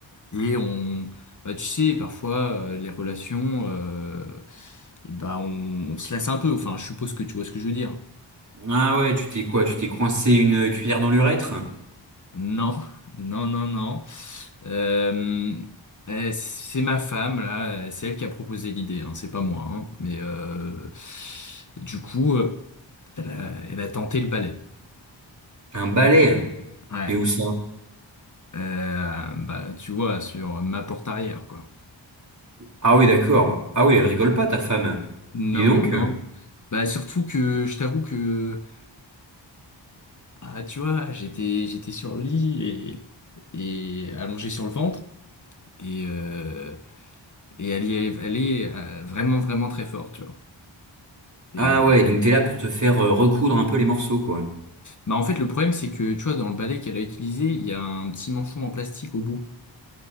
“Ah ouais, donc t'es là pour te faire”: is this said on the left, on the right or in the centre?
Right